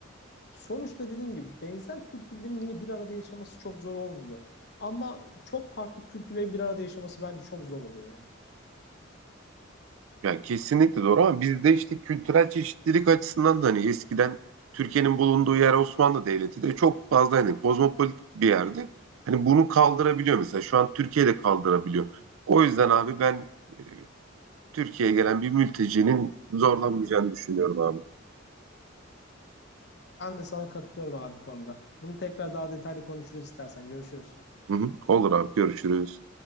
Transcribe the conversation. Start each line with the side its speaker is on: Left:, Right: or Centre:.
Left: sonuçta dediğim gibi benzer kültürlerin yine bir arada yaşaması çok zor olmuyor. Ama çok farklı kültürlerin bir arada yaşaması bence çok zor oluyor ya.
Right: Ya kesinlikle doğru ama bizde işte kültürel çeşitlilik açısından da hani eskiden Türkiye'nin bulunduğu yer Osmanlı Devleti de çok fazla hani kozmopolit bir yerdi. Hani bunu kaldırabiliyor mesela şu an Türkiye de kaldırabiliyor. O yüzden abi ben e, Türkiye'ye gelen bir mültecinin zorlanmayacağını düşünüyorum abi.
Left: Ben de sana katılıyorum abi bu konuda. Bunu tekrar daha detaylı konuşuruz istersen. Görüşürüz.
Right: Hı hı, olur abi görüşürüz.